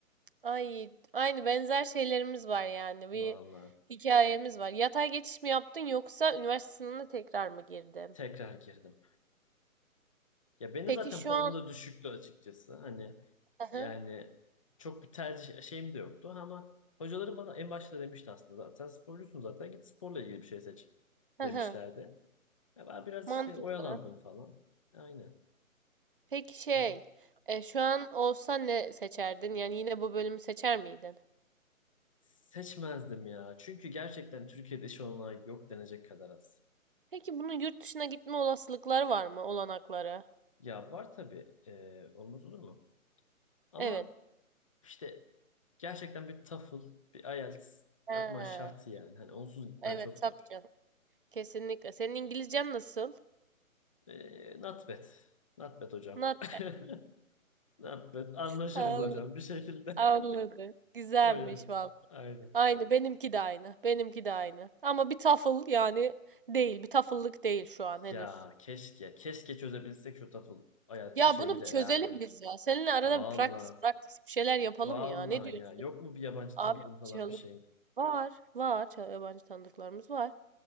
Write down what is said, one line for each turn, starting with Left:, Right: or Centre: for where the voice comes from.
Right: Ay, aynı benzer şeylerimiz var yani.
Left: Vallahi
Right: Bir hikayemiz var. Yatay geçiş mi yaptın yoksa üniversite sınavına tekrar mı girdin?
Left: tekrar girdim. Ya benim
Right: Peki
Left: zaten
Right: şu
Left: puanım
Right: an
Left: da düşüktü açıkçası. Hani
Right: Hı hı.
Left: yani çok bir tercih şeyim de yoktu ama hocaları bana en başta demişti aslında zaten sporcusun zaten git sporla ilgili bir şey seç
Right: Hı
Left: demişlerdi.
Right: hı.
Left: Ya ben biraz
Right: mantıklı.
Left: işte oyalandım falan. Aynen.
Right: Peki şey,
Left: Ya,
Right: e, şu an olsa ne seçerdin? Yani yine bu bölümü seçer miydin?
Left: Seçmezdim ya. Çünkü gerçekten Türkiye'de iş olmayan yok denecek kadar az.
Right: Peki bunun yurt dışına gitme olasılıkları var mı? Olanakları?
Left: Ya var tabii. eee, olmaz olur mu? Ama
Right: Evet.
Left: işte gerçekten bir TOEFL, bir IELTS
Right: He,
Left: yapman şart yani. Hani onsuz gitmen
Right: evet
Left: çok zor.
Right: tabii canım. Kesinlikle. Senin İngilizcen nasıl?
Left: Eee not bad. Not bad hocam.
Right: Not
Left: <laughs> Not bad. Anlaşırız
Right: bad.
Left: hocam bir şekilde.
Right: Anladım.
Left: <laughs>
Right: Güzelmiş
Left: O yani.
Right: vallahi.
Left: Aynen.
Right: Aynı benimki de aynı. Benimki de aynı. Ama bir tafıl yani değil. Bir tafıllık değil şu an henüz.
Left: Ya keşke. Keşke çözebilsek şu TOEFL IELTS
Right: Ya
Left: bir şeyi
Right: bunu bir
Left: de
Right: çözelim
Left: yani.
Right: biz ya. Seninle arada
Left: Vallahi.
Right: bir practice practice bir şeyler yapalım
Left: Vallahi
Right: ya. Ne diyorsun?
Left: ya yok mu bir yabancı
Right: Abi
Left: tanıdığın falan
Right: çalı
Left: bir şeyin?
Right: var var Çal- yabancı tanıdıklarımız var.